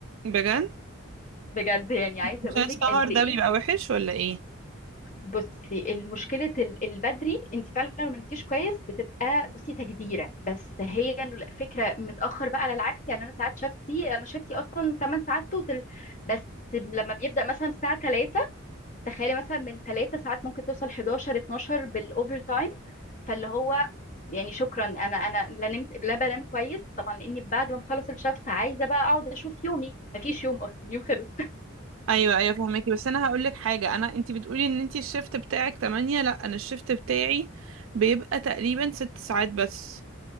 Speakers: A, on the right; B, on the left.
A: بجد
B: بجد يعني عايزه
A: عشان
B: اقول
A: السهر
B: لك قد
A: ده
B: ايه
A: بيبقى وحش ولا ايه
B: بصي المشكله ال- البدري انت فعلا لو ما نمتيش كويس بتبقى بصي تجديره بس هي الفكره متاخر بقى على العكس يعني انا ساعات شفتي انا شفتي اصلا 8 ساعات توتال بس لما بيبدا مثلا الساعه تخيلي مثلا من 3 ساعات ممكن توصل 11 12 بالاوفر تايم فاللي هو يعني شكرا انا انا لا نمت لا بنام كويس طبعا لاني بعد ما بخلص الشفت عايزه بقى اقعد اشوف يومي مفيش يوم اصلا يوم خلص
A: ايوه ايوه فهماكي بس انا هقول لك حاجه انا انتي بتقولي ان انتي الشيفت بتاعك 8 لا انا الشيفت بتاعي بيبقى تقريبا 6 ساعات بس